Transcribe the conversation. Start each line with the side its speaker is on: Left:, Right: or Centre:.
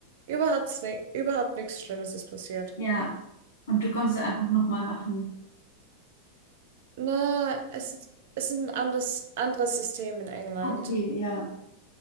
Right: Überhaupt, ni- überhaupt nichts Schlimmes ist passiert.
Left: Ja. Und du konntest einfach nochmal machen.
Right: Na, es, ist- es ist ein anderes, anderes System in England.
Left: Okay, ja.